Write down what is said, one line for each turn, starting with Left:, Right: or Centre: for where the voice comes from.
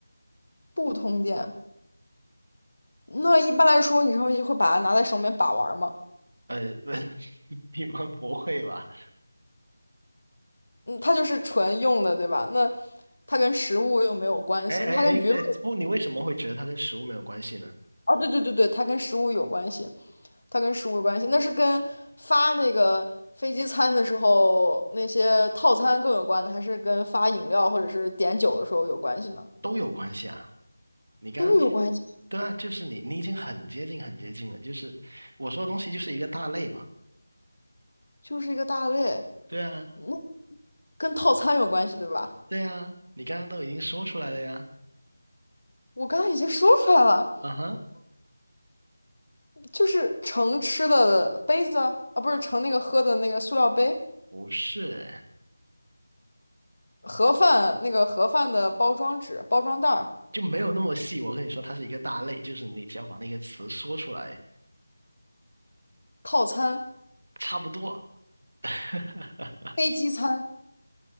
Left: 不通电，那一般来说你上飞机会把它拿在手里面把玩儿吗？
Right: 呃，不，<laughs> 你们不会吧？
Left: 嗯，它就是纯用的，对吧？那它跟食物又没有关系，
Right: 哎哎哎哎，
Left: 那它跟娱乐，
Right: 不，你为什么会觉得它跟食物没有关系呢？
Left: 哦，对对对对，它跟食物有关系。它跟食物有关系，那是跟发那个飞机餐的时候那些套餐更有关的，还是跟发饮料或者是点酒的时候有关系呢？
Right: 都有关系啊！你刚刚，
Left: 都有关系，
Right: 对啊，就是你，你已经很接近很接近了，就是我说的东西就是一个大类嘛，
Left: 就是一个大类。
Right: 对啊，
Left: 那跟套餐有关系，对吧？
Right: 对啊，你刚刚都已经说出来了呀，
Left: 我刚刚已经说出来了，
Right: 啊哈，
Left: 就是盛吃的杯子啊，啊不是盛那个喝的那个塑料杯，
Right: 不是，
Left: 盒饭那个盒饭的包装纸、包装袋儿，
Right: 就没有那么细，我跟你说，它是一个大类，就是你只要把那个词说出来。
Left: 套餐、
Right: 差不多。<laughs>
Left: 飞机餐。